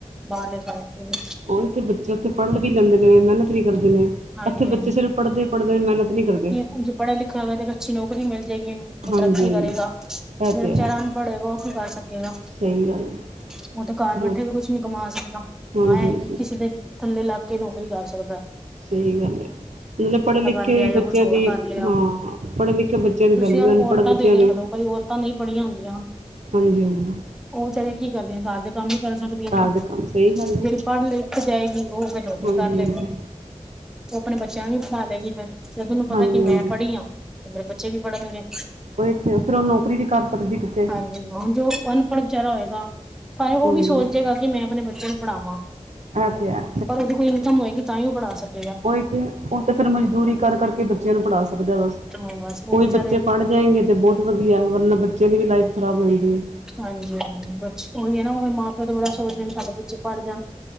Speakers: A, in the centre; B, on the right (about 70°).
A: ਬਾਹਰ। <unintelligible>
B: ਹੋਰ ਕੀ ਇਥੇ ਬੱਚੇ ਉੱਥੇ ਪੜ੍ਹ ਵੀ ਲੈਂਦੇ ਨੇ ਮਿਹਨਤ। ਕਰਦੇ ਨੇ,
A: ਹਾਂਜੀ
B: ਇੱਥੇ ਬੱਚੇ ਸਿਰਫ ਪੜ੍ਹਦੇ ਪੜ੍ਹਦੇ ਮਿਹਨਤ ਨੀ ਕਰਦੇ।
A: ਹਾਂਜੀ, ਪੜਾ ਲਿਖ ਤੇ ਅੱਛੀ ਨੌਕਰੀ ਮਿਲ ਜਾਏਗੀ ਉਹਨੂੰ
B: ਹਾਂਜੀ
A: ਤਰੱਕੀ
B: ਹਾਂਜੀ
A: ਕਰੇਗਾ
B: ਇਹ
A: ਜਿਹੜਾ
B: ਤੇ
A: ਵਿਚਾਰਾ
B: ਹੈ
A: ਅਨਪੜ ਹੇਗਾ ਉਹ ਕੀ ਕਰ ਸਕ। <unintelligible>
B: ਸਹੀ ਗੱਲ ਹੈ
A: ਉਹ ਤਾਂ ਘਰ
B: ਬਹੁਤ
A: ਬੈਠੇ ਵੀ ਕੁਛ ਉੱਚ ਕਮਾ ਸਕਦਾ
B: ਹਾਂਜੀ
A: ਹਾਂ ਇਹ ਹੈ
B: ਹਾਂਜੀ
A: ਕਿ ਕਿਸੇ ਦੇ ਥੱਲੇ ਲੱਗ ਕੇ ਨੌਕਰੀ ਕਰ ਸਕਦਾ ਹੈ।
B: ਸਹੀ ਗੱਲ ਏ। ਮਤਲਬ ਪੜ੍ਹੇ ਲਿਖੇ
A: ਲਿਆ ਜਾਂ
B: ਬੱਚਿਆਂ
A: ਕੁਛ ਹੋਰ
B: ਦੀ
A: ਕਰ ਲਿਆ
B: ਹਾਂ ਪੜ੍ਹੇ ਲਿਖੇ ਬੱਚਿਆਂ ਦੀ ਵੈਲਊ
A: ਤੁਸੀਂ ਹੁਣ
B: ਅਨਪੜ੍ਹ
A: ਔਰਤਾਂ
B: ਬੱਚਿਆਂ
A: ਤੇ ਦੇਖ
B: ਦੀ
A: <unintelligible> ਨਹੀਂ ਪੜੀਆਂ ਹੁੰਦੀਆਂ
B: ਹਾਂਜੀ- ਹਾਂਜੀ।
A: ਉਹ ਵਿਚਾਰੇ ਕੀ ਕਰਦੇ ਘਰ ਦੇ ਕੰਮ ਕਰ ਸਕਦੀਆਂ ਨੇ
B: ਘਰ ਦੇ ਕੰਮ ਸਹੀ ਗੱਲ ਹੈ
A: ਜਿਹੜੀ ਪੜ੍ਹ ਲਿਖ ਜਾਏਗੀ ਉਹ ਫੇਰ ਨੋਕਰੀ
B: ਹਾਂਜੀ
A: ਕਰ
B: ਹਾਂਜੀ
A: ਲਏਗੀ। ਉਹ ਆਪਣੇ ਬੱਚਿਆਂ ਨੂੰ ਵੀ ਪੜ੍ਹਾ ਲੇਗੀ। ਫੇ, ਜਦ ਓਹਨੂੰ ਪਤਾ
B: ਹਾਂਜੀ
A: ਕਿ ਮੈਂ
B: ਹਾਂਜੀ
A: ਪੜ੍ਹੀ ਆਾਂ ਤੇ ਮੇਰੇ ਬੱਚੇ ਵੀ ਪੜ੍ਹਨਗੇ।
B: ਬਈ ਇਥੇ ਫਿਰ ਉਹ ਨੌਕਰੀ ਵੀ ਕਰ ਸਕਦੀ ਕਿਤੇ,
A: ਹਾਂਜੀ ਹੁਣ ਜੋ ਅਨਪੜ੍ਹ ਵਿਚਾਰਾ ਹੋਏਗਾ, ਭਾਵੇਂ ਉਹ
B: ਹਾਂਜੀ
A: ਵੀ ਸੋਚੇਗਾ ਕਿ ਮੈਂ ਆਪਣੇ ਬੱਚੇ ਨੂੰ ਪੜਾਵਾਂ।
B: ਹਾਂਜੀ ਇਹ ਤੇ ਹੈ
A: ਪਰ ਉਹਦੋਂ ਕੋਈ ਇਨਕਮ ਹੋਏਗੀ ਤਾਂ ਹੀ ਉਹ ਪੜਾ ਸਕੇ
B: ਉ ਇ ਤੇ ਉਹ ਤੇ ਫੇਰ ਮਜ਼ਦੂਰੀ ਕਰ ਕਰਕੇ ਬੱਚਿਆਂ ਨੂੰ ਪੜ੍ਹਾ ਸਕਦਾ ਬਸ।
A: ਹਾਂ ਬਸ ਉਹ
B: ਉਹੀ
A: ਵਿਚਾਰੇ
B: ਬੱਚੇ ਪੜ੍ਹ ਜਾਏਗੇ ਤੇ ਬਹੁਤ ਵਧੀਆ ਵਰਨਾ ਬੱਚਿਆਂ ਦੀ ਵੀ ਲਾਈਫ ਖ਼ਰਾਬ ਹੋਏਗੀ।
A: ਹਾਂਜੀ ਹਾਂਜੀ ਬਸ ਉਹੀ ਹੈ ਨਾ ਉਵੇਂ ਮਾਂ ਪਿਓ ਤੇ ਬੜਾ ਸੋਚਦੇ ਨੇ ਸਾਡੇ ਬੱਚੇ ਪੜ੍ਹ ਜਾਣ।